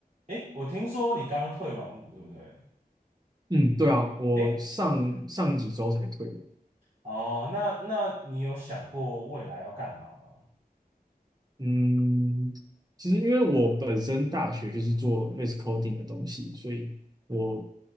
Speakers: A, on the right; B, on the right.
A: 哎，我听说你刚退完伍，对不对？
B: 嗯，对啊，我上上几周才退的。
A: 哎，嗯，哦，那那你有想过未来要干嘛吗？
B: 嗯，其实因为我本身大学就是做类似 coding 的东西，所以我